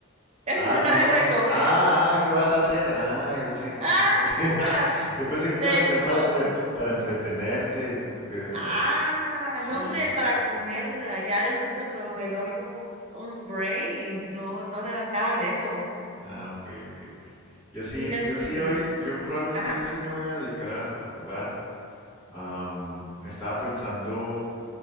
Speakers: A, on the right; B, on the left.
A: eso
B: Ay,
A: no
B: no.
A: es de comer.
B: Ah, ah, ¿qué vas a hacer? Ah, yo pensé
A: <laughs>
B: que, <laughs>
A: Ah,
B: yo pensé que qué
A: de
B: ibas a hacer para,
A: com
B: entre, para entretenerte. eh,
A: ah,
B: Sí.
A: no hombre, para comer, ah, ya después cuando me doy un, un break, no, no de nada de eso.
B: Ah, ok, ok, ok. Yo sí,
A: Fíjate,
B: yo sí hoy, yo probablemente
A: ajá,
B: hoy sí me voy a dedicar a, a jugar. Am, estaba pensando